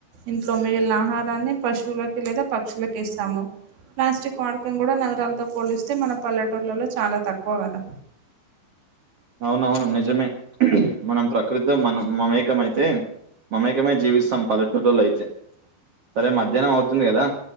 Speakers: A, on the right; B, on the right.
A: ఇంట్లో మిగిలిన ఆహారాన్ని పశువులకి లేదా పక్షులకి వేస్తాము ప్లాస్టిక్ వాడకం కూడా నగరాలతో పోలిస్తే మన పల్లెటూర్లలో చాలా తక్కువ కదా
B: అవునవును నిజమే మనం ప్రకృతి మనం మమేకం అయితే మమేకమై జీవిస్తాం పల్లెటూర్లలో అయితే సరే మధ్యాహ్నం అవుతుంది కదా